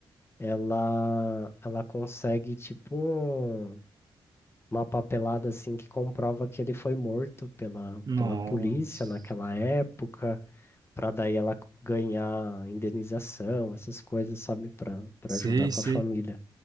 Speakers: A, on the left (about 25°); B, on the right (about 45°).
A: ela, ela consegue, tipo, uma papelada, assim, que comprova que ele foi morto pela,
B: Nossa.
A: pela polícia naquela época. para daí ela ganhar indenização, essas coisas, sabe, para para
B: Sei,
A: ajudar com
B: sei.
A: a família.